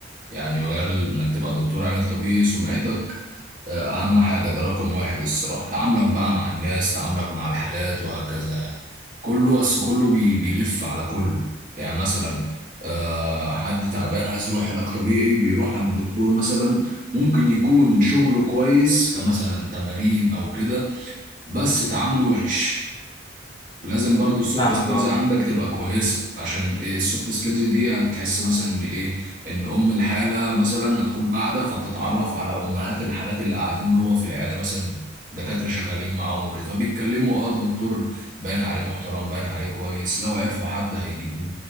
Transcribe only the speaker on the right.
يعني مجال انك تبقى دكتور علاج طبيعي سمعتك آه، اهم حاجة ده رقم واحد الصراحة تعاملك بقى مع الناس تعاملك مع الحالات وهكذا يعني. كله بس كله بي بيلف على كله يعني مثلا آه حد تعبان عايز يروح علاج طبيعي بيروح عند دكتور مثلا ممكن يكون شغله كويس كمثلا تمارين او كده بس تعامله وحش لازم برضو السوفت
سكيلز
عندك تبقى
كويسة عشان إيه السوفت سكيلز دي هتحس مثلا ان ايه ان ام الحالة مثلا هتكون قاعدة فبتتعرف على امهات الحالات اللي قاعدين جوه في العيادة مثلا دكاترة شغالين معاهم وكده فبيتكلموا اه الدكتور باين عليه محترم باين عليه كويس لو عرفوا حد هيجيبوه